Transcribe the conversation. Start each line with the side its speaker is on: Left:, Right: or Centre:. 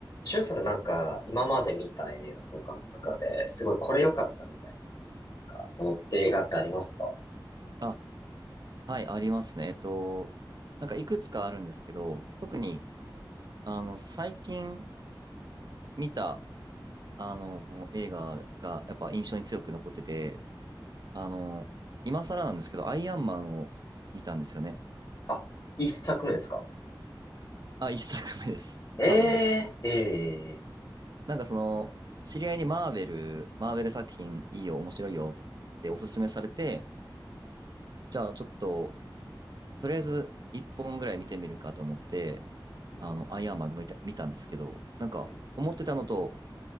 Left: しゅんさんってなんか、今まで見た映画とかの中で、すごいこれ良かったみたいな、なんか、この映画ってありますか
Right: あ、はい、ありますね。えっと、なんかいくつかあるんですけど、特に、あの、最近見た、あの、映画がやっぱ印象に強く残ってて、あの、今更なんですけど、アイアンマンを見たんですよね。
Left: あ、一作目ですか
Right: あ、一作目です。
Left: えー、
Right: <laughs> 多分。
Left: え
Right: なんかその、知り合いにマーベル、マーベル作品いいよ、面白いよっておすすめされて、
Left: ー、
Right: じゃあちょっと、とりあえず一本ぐらい見てみるかと思って、
Left: うん
Right: あの、アイアンマン見た、見たんですけど、なんか、
Left: え
Right: 思ってたのと、